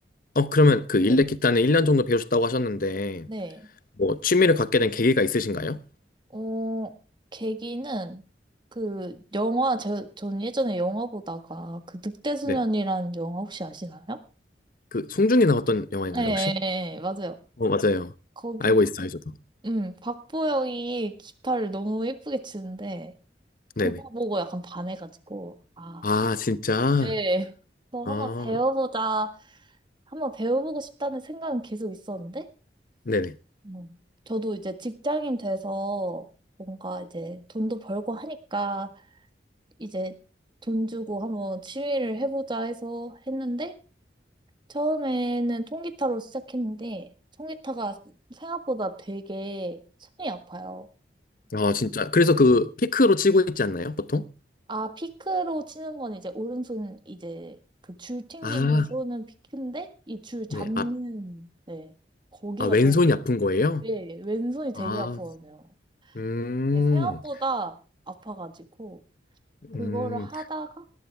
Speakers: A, on the left; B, on the right.
A: 어 그러면 그 일렉
B: 네.
A: 기타는 1년 정도 배우셨다고 하셨는데
B: 네.
A: 뭐 취미를 갖게 된 계기가 있으신가요?
B: 어, 계기는 그 영화, 제, 전 예전에 영화 보다가 그 늑대소년이라는
A: 네.
B: 영화 혹시 아시나요?
A: 그 송중기 나왔던 영화인가요,
B: 네,
A: 혹시?
B: 네, 맞아요.
A: 어, 맞아요.
B: 거기,
A: 알고 있어요, 저도.
B: 음, 박보영이 기타를 너무 예쁘게 치는데,
A: 네네.
B: 그거 보고 약간 반해가지고, 아,
A: 아, 진짜?
B: 네. 또
A: 아,
B: 한번 배워보자. 한번 배워보고 싶다는 생각은 계속 있었는데,
A: 네네.
B: 음. 저도 이제 직장인 돼서 뭔가 이제 돈도 벌고 하니까 이제 돈 주고 한번 취미를 해보자 해서 했는데, 처음에는 통기타로 시작했는데, 통기타가 생각보다 되게 손이 아파요.
A: 아, 진짜. 그래서 그 피크로 치고 있지 않나요, 보통?
B: 아, 피크로 치는 건 이제 오른손 이제 그 줄 튕기는
A: 아,
B: 손은 피크인데 이 줄 잡는
A: 네. 아,
B: 네. 거기가
A: 아, 왼손이
B: 되게
A: 아픈 거예요?
B: 네, 왼손이 되게
A: 아,
B: 아프거든요.
A: 음,
B: 이게 생각보다 아파가지고 그거를
A: 음,
B: 하다가